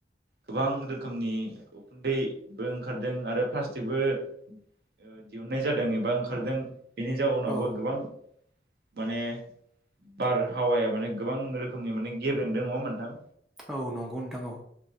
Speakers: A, on the right; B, in the centre.
A: गोबां रोखोमनि उखुन्दैबो ओंखारदों आरो प्लास्टिकबो ओ दिहुनन्नाय जादों एबा ओंखारदों बेनि जाउनावबो
B: औ
A: गोबां माने बारहावाया माने गोबां रोखोमनि माने गेबेंदों नङा होनबा नोथां?
B: औ नंगौ नोंथां औ।